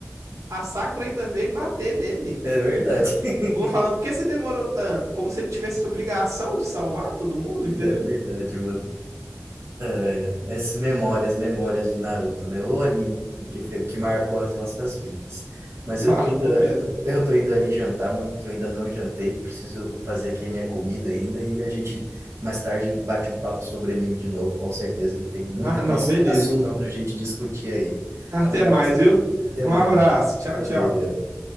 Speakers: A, on the right; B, on the right.
A: A Sakura ainda veio bater nele.
B: É verdade.
A: Vou falando,
B: <laughs>
A: por que você demorou tanto? Como se ele tivesse obrigação de salvar todo mundo, entendeu?
B: É verdade, mano. Ai, ai. Essas memórias, memórias de Naruto, né? O anime que, fe- que marcou as nossas vidas. Mas
A: <laughs> Marcou
B: eu tô indo,
A: mesmo.
B: eu tô indo ali jantar, mano, que eu ainda não jantei. Preciso fazer aqui a minha comida ainda e a gente mais tarde bate um papo sobre anime de novo, com certeza que tem muito
A: Ah, não,
B: mais
A: beleza,
B: assunto
A: então.
B: pra gente discutir aí.
A: Até
B: Abraço.
A: mais, viu?
B: Até
A: Um
B: mais.
A: abraço. Tchau,
B: Valeu.
A: tchau.